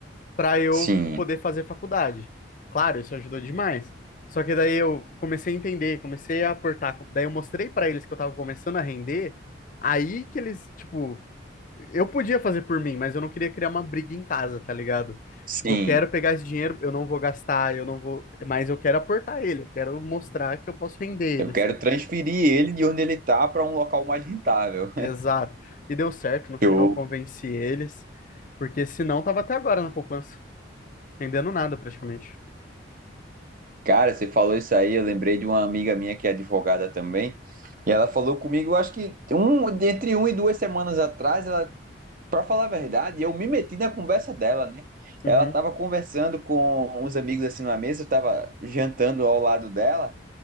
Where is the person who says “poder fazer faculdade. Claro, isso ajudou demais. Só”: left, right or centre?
Left